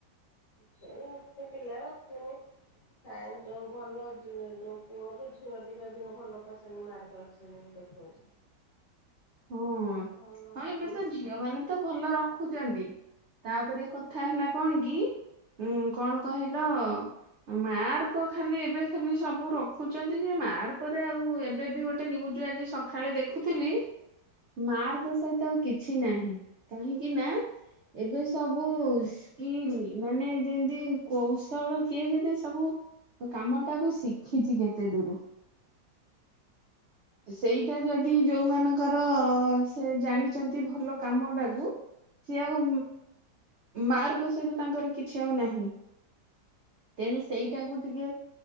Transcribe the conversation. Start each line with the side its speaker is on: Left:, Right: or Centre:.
Left: ସେ ଏତେ ପିଲା ରଖଛନ୍ତିନ ଯୋଉ ଭଲ ଯୋଉ ପୁଅରୁୁ ଝିଅ ଟେ ଅଧିକ ଭଲ ପସ ମାର୍କ ରଖିଛନ୍ତି ଦେଖଉଛି।
Right: ହଁ
Left: ଆଉ ଭଲ
Right: ହଁ ଏବେ ତ ଝିଅ ମାନେ ତ ଭଲ ରଖୁଛନ୍ତି ତାପରେ କଥା ହେଲା କଣ କି ଉ କଣ କହିଲ ମାର୍କ ଖାଲି ଏବେ ଖାଲି ସବୁ ରଖୁଛନ୍ତି ଯେ ମାର୍କରେ ଆଉ ଏବେ ବି ଗୋଟେ ନିୁଜ ଆଜି ସକାଳେ ଦେଖୁଥିଲି। ମାର୍କ ସହିତ ଆଉ କିଛି ନାହିଁ କାହିଁକି ନା ଏବେ ସବୁ ସ୍କିଲ୍ ମାନେ ଯେମିତି କୌଶଳ କିଏ କେତେ ସବୁ କାମ ଟାକୁ ଶିଖିଛି କେତେ ଦୂର ସେଇଟା ଯଦି ଯୋଉମାନଙ୍କର ସେ ଜାଣିଛନ୍ତି ଭଲ କାମଟାକୁ ସିଏ ଆଉ ମାର୍କ ସହିତ ତାଙ୍କର କିଛି ଆଉ ନାହିଁ ତେଣୁ ସେଇଟାକୁ ଟିକେ